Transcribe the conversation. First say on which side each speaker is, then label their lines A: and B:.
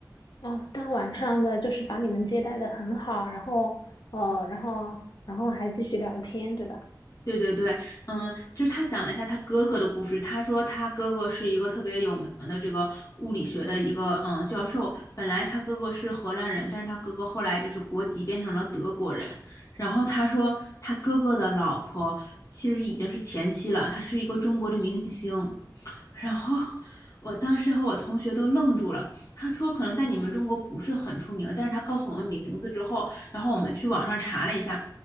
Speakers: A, on the left; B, on the left.
A: 哦，大晚上的就是把你们接待的很好，然后呃，然后然后还继续聊天，对吧？
B: 对对对，嗯，就是他讲了一下他哥哥的故事。他说他哥哥是一个特别有名的这个物理学的一个嗯教授。本来他哥哥是荷兰人，但是他哥哥后来就是国籍变成了德国人。然后他说他哥哥的老婆其实已经是前妻了，她是一个中国的明星。然后我当时和我同学都愣住了。他说可能在你们中国不是很出名，但是他告诉我们名字之后，然后我们去网上查了一下，